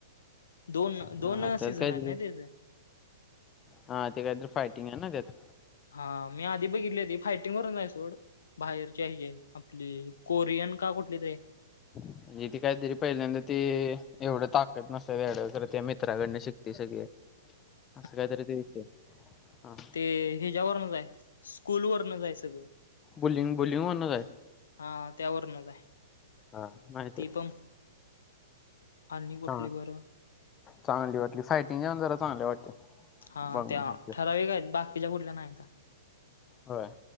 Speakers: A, on the left; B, on the left.
A: दोन-दोन
B: हा त्यात
A: सीझन
B: काहीतरी
A: आहेत ना तेज.
B: हा ते कायतरी फायटिंग आहे ना त्यात.
A: हा मी आधी बघितली होती फायटिंग वरून आहे सोड. बाहेरचे हजे आपली कोरियन का कुठली तरी हाय.
B: म्हणजे ती काहीतरी पहिल्यांदा ती एवढं ताकत नसत्या तेज्याकडं खरं त्या मित्राकडन शिकतय सगळं.
A: <inaudible>
B: अस कायतरी ते विषय हा
A: ते हेच्यावरनच हाय स्कूलवरनच हाय सगळं.
B: बोलिंग बोलिंग म्हणुनच हाय.
A: हा हा त्यावरूनच आहे
B: हा माहिती
A: ती
B: आहे.
A: पण आणि कुठली
B: चांग
A: बर?
B: चांगली वाटली सायटिंग आणि, जरा चांगली वाटते.
A: हा
B: माहिती
A: त्या ठराविक आहेत, बाकीच्या कुठल्या नाहीता.
B: होय.